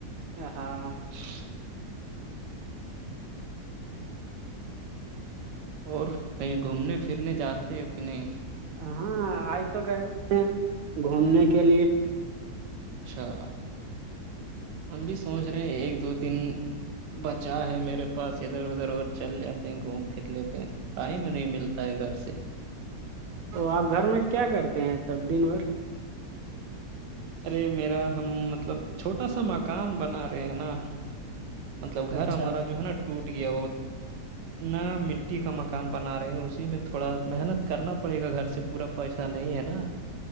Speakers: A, on the right; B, on the right.
A: ا ہاں
B: <inaudible> اور کہیں گھومنے پھرنے جاتے ہیں کہ نہیں
A: ہاں آئے تو گئے تھے گھومنے کے لیے
B: اچھا ہم بھی سوچ رہے ہیں ایک دو دن بچا ہے میرے پاس ادھر ادھر اور چل جاتے ہیں گھوم پھر لیتے ہیں ٹائم نہیں ملتا ہے گھر سے
A: تو آپ گھر میں کیا کرتے ہیں تب دن بھر
B: ارے میرا ہم مطلب چھوٹا سا مکان بنا رہے ہیں نا مطلب گھر
A: اچھا
B: ہمارا جو ہے نا ٹوٹ گیا وہ نہ مٹی کا مکان بنا رہے ہ اسی میں تھوڑا محنت کرنا پڑے گا گھر سے پورا پیسہ نہیں ہے نا